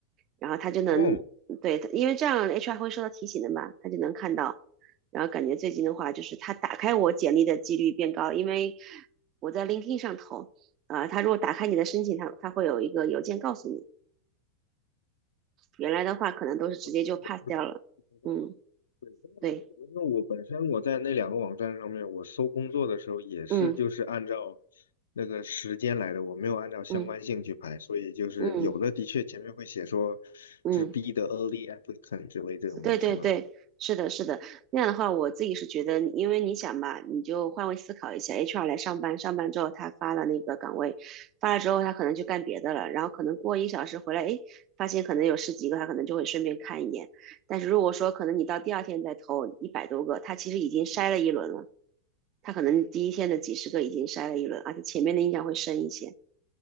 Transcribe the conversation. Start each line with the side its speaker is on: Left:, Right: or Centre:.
Right: 然后他就能对，
Left: 哦，
Right: 因为这样 HR 会收到提醒的嘛，他就能看到。然后感觉最近的话，就是他打开我简历的几率变高，因为我在 LinkedIn 上投，啊，他如果打开你的申请，他他会有一个邮件告诉你。原来的话，可能都是直接就
Left: 我真的不知道啊
Right: pass 掉了。嗯，
Left: 对，因为我因为我本身我在那两个网站上面，
Right: 对，
Left: 我搜工作的时候也是就是按照
Right: 嗯
Left: 那个时间来的，我没有按照相关性去排，
Right: 嗯
Left: 所以就是有的的确前面会写说
Right: 嗯嗯，
Left: 就是 be the early applicant 之类这种东西嘛。
Right: 对对对，是的，是的。那样的话，我自己是觉得，因为你想吧，你就换位思考一下，HR 来上班，上班之后他发了那个岗位，发了之后他可能就干别的了，然后可能过一小时回来，诶，发现可能有十几个，他可能就会顺便看一眼。但是如果说可能你到第二天再投一百多个，他其实已经筛了一轮了。他可能第一天的几十个已经筛了一轮，而且前面的印象会深一些。